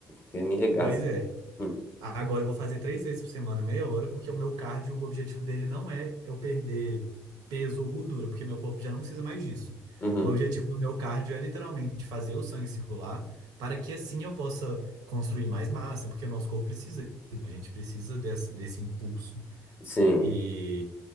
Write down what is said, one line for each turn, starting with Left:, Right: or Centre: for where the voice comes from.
Left: que me regaça.
Right: pois é,
Left: Hum,
Right: Agora eu vou fazer três vezes por semana, meia hora, porque o meu cardio, o objetivo dele não é eu perder peso ou gordura, porque meu corpo já não precisa mais disso.
Left: Uhum.
Right: O objetivo do meu cardio é literalmente fazer o sangue circular para que assim eu possa construir mais massa, porque o nosso corpo precisa, a gente precisa desse, desse impulso.
Left: Sim.
Right: E